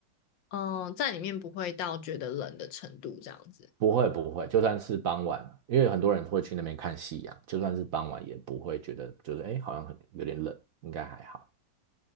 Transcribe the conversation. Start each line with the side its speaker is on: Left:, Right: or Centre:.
Left: 嗯，在里面不会到觉得冷的程度这样子。
Right: 不会不会，就算是傍晚，因为很多人会去那边看夕阳，就算是傍晚也不会觉得就是哎，好像很有点冷，应该还好。